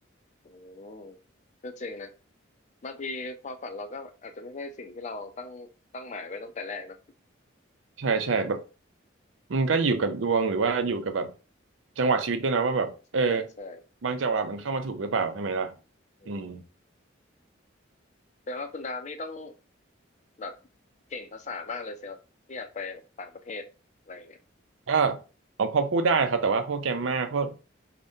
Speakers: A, on the left; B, on the right.
A: โอ้ก็เจ๋งนะบางทีความฝันเราก็อาจจะไม่ใช่สิ่งที่เราตั้งตั้งหมายไว้ตั้งแต่แรกเนอะ
B: ใช่ใช่แบบมันก็อยู่กับดวงหรือว่าอยู่กับแบบจังหวะชีวิตด้วยนะว่าแบบเออ
A: ใช่ใช่
B: บางจังหวะมันเข้ามาถูกหรือเปล่าใช่ไหมล่ะ
A: อืม
B: อืม
A: แต่ว่าคุณดามนี่ต้องแบบเก่งภาษามากเลยสิครับที่อยากไปแบบต่างประเทศอะไรอย่างเงี้ย
B: ก็เอาพอพูดได้ครับแต่ว่าพวกแกมมาพวก